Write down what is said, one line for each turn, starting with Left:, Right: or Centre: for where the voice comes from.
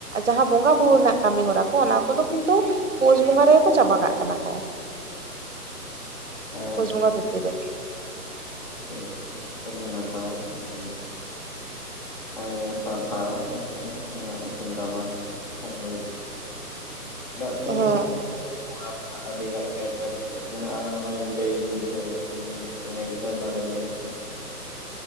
Right: ᱡᱟᱦᱟᱸ ᱵᱚᱸᱜᱟ ᱵᱩᱨᱩ ᱨᱮᱱᱟᱜ ᱠᱟᱹᱢᱤ ᱦᱚᱨᱟ ᱠᱚ ᱚᱱᱟ ᱠᱚᱫᱚ ᱠᱤᱱᱛᱩ ᱯᱳᱥ ᱵᱚᱸᱜᱟ ᱨᱮᱜᱮ ᱠᱚ ᱪᱟᱵᱟ ᱠᱟᱜ ᱠᱟᱱᱟ ᱠᱚ
Left: ᱟᱪᱪᱷᱟ
Right: ᱯᱳᱥ ᱵᱚᱸᱜᱟ ᱵᱷᱤᱛᱤᱨ ᱨᱮ
Left: ᱴᱷᱤᱠ ᱴᱷᱤᱠ ᱟᱹᱰᱤ ᱱᱟᱯᱟᱭ ᱟᱹᱰᱤ ᱟᱭ ᱥᱟᱨᱦᱟᱣ ᱦᱮᱸᱥᱮ ᱱᱩᱱᱟᱹᱜ ᱢᱤᱫᱴᱮᱱ ᱫᱟᱢᱟᱱ ᱠᱟᱛᱷᱟ ᱞᱟᱹᱭ ᱪᱮᱫᱟᱜ ᱥᱮ
Right: ᱦᱮᱸ
Left: ᱱᱟᱜ <inaudible> ᱱᱟᱜ ᱟᱹᱰᱤ ᱜᱟᱡ ᱜᱮ ᱮᱯᱮᱨ ᱦᱮᱸᱰᱮᱡ ᱢᱮᱱᱟᱜᱼᱟ ᱱᱚᱜᱼᱚ ᱭᱮᱢ ᱞᱟᱹᱭ ᱵᱩᱡᱷᱟᱹᱣ ᱟᱫᱤᱧᱟ ᱥᱮᱧ ᱟᱹᱭᱠᱟᱹᱣ ᱫᱟᱲᱮ ᱭᱟᱫᱟ ᱡᱷᱚᱛᱚ ᱱᱟᱜ